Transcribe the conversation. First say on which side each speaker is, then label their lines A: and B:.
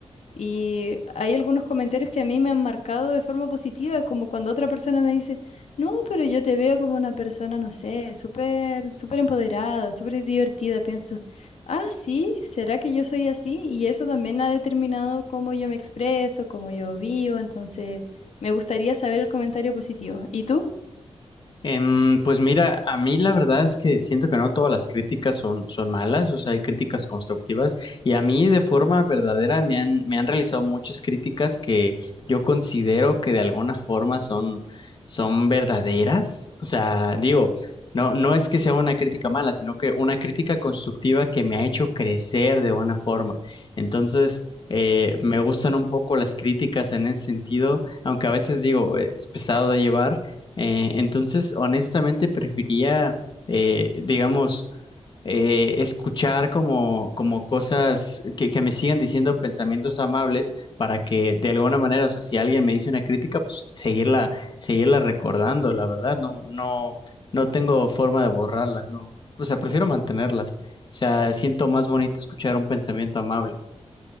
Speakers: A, on the left; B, on the left.
A: y hay algunos comentarios que a mí me han marcado de forma positiva, como cuando otra persona me dice, no, pero yo te veo como una persona, no sé, súper, súper empoderada, súper divertida. Pienso, ah, sí, ¿será que yo soy así? Y eso también ha determinado cómo yo me expreso, cómo yo vivo. Entonces, me gustaría saber el comentario positivo. ¿Y tú?
B: Em, pues mira, a mí la verdad es que siento que no todas las críticas son, son malas, o sea, hay críticas constructivas y a mí de forma verdadera me han, me han realizado muchas críticas que yo considero que de alguna forma son, son verdaderas, o sea, digo, no, no es que sea una crítica mala, sino que una crítica constructiva que me ha hecho crecer de buena forma. Entonces, eh, me gustan un poco las críticas en ese sentido, aunque a veces digo, eh, es pesado de llevar. Eh, entonces, honestamente, prefería, eh, digamos, eh, escuchar como, como cosas que, que me sigan diciendo pensamientos amables para que de alguna manera, o sea, si alguien me dice una crítica, pues seguirla, seguirla recordando, la verdad, no, no, no tengo forma de borrarlas, no, o sea, prefiero mantenerlas, o sea, siento más bonito escuchar un pensamiento amable.